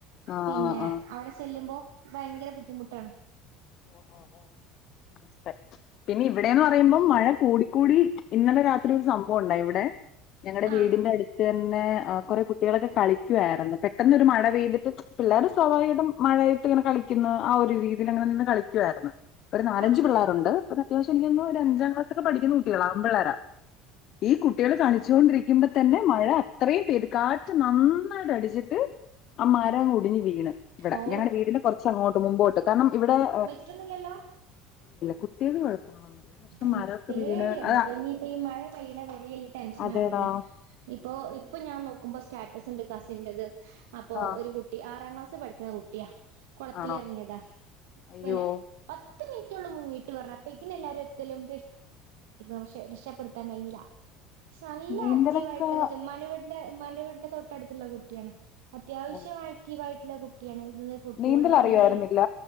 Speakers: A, on the left; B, on the right.
A: ആഹ്
B: പിന്നെ
A: ആഹ് ആഹ്
B: അവടെ ചെല്ലുമ്പോ, ഭയങ്കര ബുദ്ധിമുട്ടാണ്.
A: ഓ ഓ ഓ <unintelligible> പിന്നെ ഇവിടേന്ന് പറയുമ്പം മഴ കൂടിക്കൂടി ഇന്നലെ രാത്രി ഒരു സംഭവം ഉണ്ടായി ഇവിടെ ഞങ്ങടെ വീടിന്റെ
B: ആഹ്
A: അട്ത്ത് പിന്നെ കുറെേ കുട്ടികളൊക്കെ കളിക്കുവാര്ന്നു പെട്ടെന്നൊരു മഴ പെയ്തിട്ട് പിള്ളേർ സ്വാഭാവികായിട്ടും മഴയത്ത് ഇങ്ങനെ കളിക്കുന്ന് ആ ഒരു രീതിൽ അങ്ങനെ നിന്ന് കളി ക്കുവാര്ന്ന്. ഒരു നാലഞ്ച്
B: ആഹ്
A: പിള്ളാരുണ്ട് അതത്യാവശ്യം എനിക്ക് <unintelligible> ഒരഞ്ചാം ക്ലാസ് ഒക്കെ പഠിക്കുന്ന കുട്ടികളാ, ആൺ പിള്ളേരാ. ഈ കുട്ടികൾ കളിച്ചോണ്ടിരിക്കുമ്പ തന്നെ മഴാ ഇത്രയും പേര് കാറ്റ് നന്നായിട്ട് അടിച്ചിട്ട് ആ മരം ഒടിഞ് വീണ് ഇവിടെ
B: ഓ
A: ഞങ്ങളടെ വീടിന് കുറച്ച അങ്ങോട്ട് മുമ്പോട്ട് കാരണം ഇവിടെ -
B: സംഭവിച്ചിട്ടില്ലല്ലോ
A: കുട്ടി- ഇതിന് കുഴപ്പം ഒന്നും ഇല്ല
B: ഉം
A: മരമൊക്കെ
B: പേടിയാണ്
A: വീണ് അ
B: ഇപ്പൊ ഇനിയിപ്പോ ഈ മഴ പെയ്യുന്ന വരെ ടെൻഷനാണ്
A: അതെടാ
B: തന്നെ ഇപ്പൊ ഇപ്പൊ ഞാൻ നോക്കുമ്പോ സ്റ്റാർ- സ്റ്റാറ്റസ് കണ്ടു കസിന്റേത് അപ്പൊ
A: ആ
B: ഒരു കുട്ടി ആറാം ക്ലാസ്- പഠിക്കുന്ന കുട്ടിയാ കുളത്തിലിറങ്ങിയതാണ്
A: ആണോ അയ്യോ
B: പിന്നെ പ- പത്ത് മിനിറ്റം മിന്നിട്ട് ഒള്ളു മുങ്ങിയിട്ട് പറ അപ്പൊ ഇ എല്ലാരുംഎത്തി- എത്തലും പക്ഷെ രക്ഷപ്പെടുത്താൻ കഴിഞ്ഞില്ല <unintelligible> പക്ഷേ നല്ല
A: നീന്തലൊക്കെ
B: ആക്റ്റീവ് ആയിട്ടുള്ള കുട്ടിയ ഉമ്മാന്റെ വീട്ടിലും- എന്റെ ഉമ്മാന്റെ വീടിന്റെ തൊട്ടടുത്തുള്ള കുട്ടിയാണ് അത്യാവശ്യമാക്കി
A: ഓ
B: വായി നല്ല കുട്ടിയാണ് ഫുട്ബോളിനാണെങ്കിലും
A: നീന്തൽ അറിയുമായിരുന്നില്ല